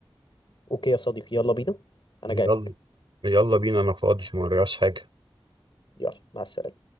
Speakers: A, on the left; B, on the right.
A: أوكي يا صديقي يلا بينا أنا
B: يلا
A: جايلك
B: يلا بينا انا فاضي ما ورياش حاجة
A: يلا مع السلامة